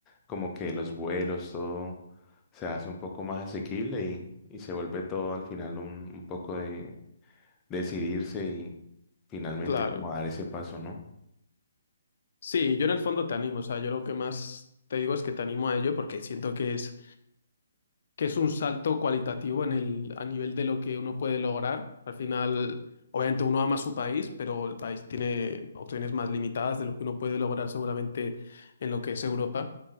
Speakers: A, on the left; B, on the left.
A: como que los vuelos, todo se hace un poco más asequible y, y se vuelve todo al final un, un poco de decidirse y finalmente
B: Claro.
A: como dar ese paso, ¿no?
B: Sí, yo en el fondo te animo, o sea, yo lo que más te digo es que te animo a ello porque siento que es, que es un salto cualitativo en el, a nivel de lo que uno puede lograr. Al final, obviamente uno ama su país, pero el país tiene opciones más limitadas de lo que uno puede lograr seguramente en lo que es Europa.